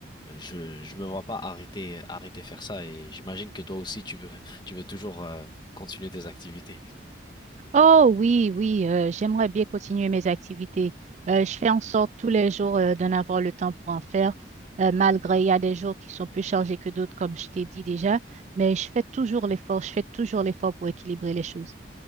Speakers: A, on the left; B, on the right.
A: je, je me vois pas arrêter, arrêter faire ça. Et j'imagine que toi aussi, tu veux, <laughs> tu veux toujours euh, continuer tes activités.
B: Oh oui, oui, euh, j'aimerais bien continuer mes activités. Euh, je fais en sorte tous les jours euh, d'en avoir le temps pour en faire, euh, malgré il y a des jours qui sont plus chargés que d'autres, comme je t'ai dit déjà, mais je fais toujours l'effort, je fais toujours l'effort pour équilibrer les choses.